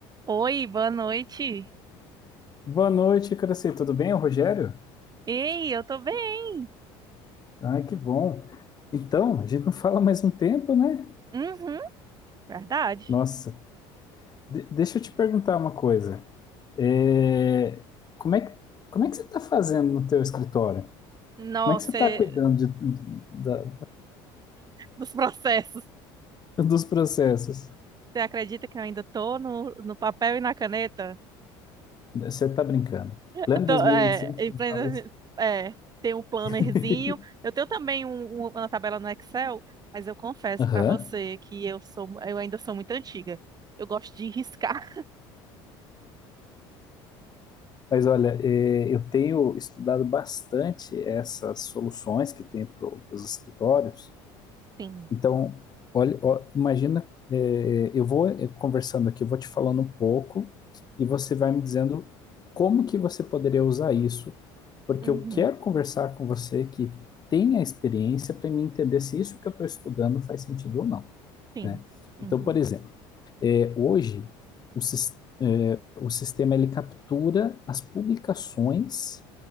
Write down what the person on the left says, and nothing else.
Boa noite, Cresci. Tudo bem, É o Rogério?
Ah, que bom. Então, a gente não fala mais um tempo, né?
Nossa, de- deixa eu te perguntar uma coisa. É, como é que, como é que você está fazendo no teu escritório?
Como é que você está
cuidando de- da-
dos processos?
Você está brincando.
Plano
2025,
você me fala isso?
<laughs>
Aham.
Mas olha, eh, eu tenho estudado bastante essas soluções que tem para os escritórios
Então, olha, ó, imagina, é, eu vou é, conversando aqui, eu vou te falando um pouco e você vai me dizendo como que você poderia usar isso, porque
eu quero conversar com você que tem a experiência para me entender se isso que eu estou estudando faz sentido ou não,
né?
Então, por exemplo, é, Hoje, o, sis- é, o sistema ele captura as publicações